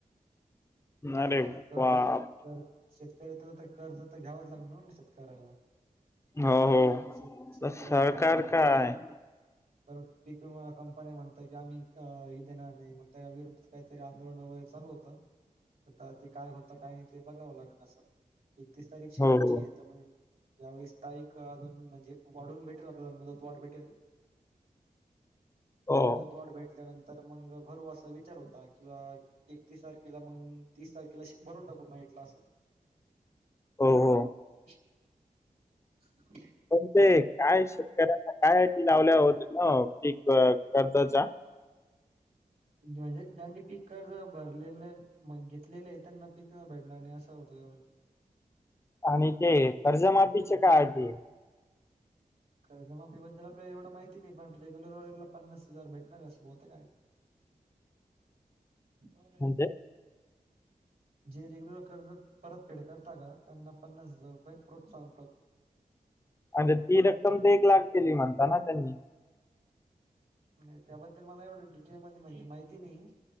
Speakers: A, on the right; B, on the left.
A: आता
B: अरे
A: कर्ज
B: बाप
A: तर कर्ज शेतकरी तर कर्ज तर घ्यावाच लागणार ना शेतकऱ्याला
B: हो हो
A: शेत शेतकऱ्याने
B: तर सरकार काय
A: तर पिक विमा कंपन्या म्हणत्य की आम्ही हे देणार नाही मग त्या विरुद्ध काहीतरी आंदोलन वगैरे चालू होतं? आता ते काय होतं काय नाही ते बघावं लांगन असं एकतीस तारीख शेवटची
B: हो हो
A: आहे तर मग ज्या वेेळेस तारीख अजून म्हणजे वाढून भेटेल आपल्याला मुदत वाढ भेटेल,
B: <unintelligible> हो
A: मुदतवाढ भेटल्यानंतर तर मग भरू असा विचार होता किंवा एकतीस तारखेला मग. तीस तारखेला भरून टाकून नाहीटला असं.
B: हो हो.
A: अ.
B: पण ते काय शेतकऱ्यांना कायी लावल्या होत न पीक कर्ताचा. <inaudible>
A: म्हणजे ज्यांनी पीक कर्ज भरलेलं आहे घेतलेलं आहे त्यांना पिक क भेडणार नाही असं होत म्हणजे.
B: आणि ते कर्जमातीचे काय अटी आहे?
A: ख जमाीबद्दल आपल्याला एवढं माहिती नाही पण रेग्युलरवालेलान्स हजार भेटणार असं बहतं काय. ब का.
B: म्हणजे
A: जे रेग्युलर कर्ज परत फेड करता का त्यांना पन्नास हजार रुपये प्रोत्साहन.
B: आणि ती रक्कम ते एक लाख केली म्हणता ना त्यांनी.
A: नाही त्याबद्दल मला एवढं डिटेल मध्ये म्हणजे माहिती नाही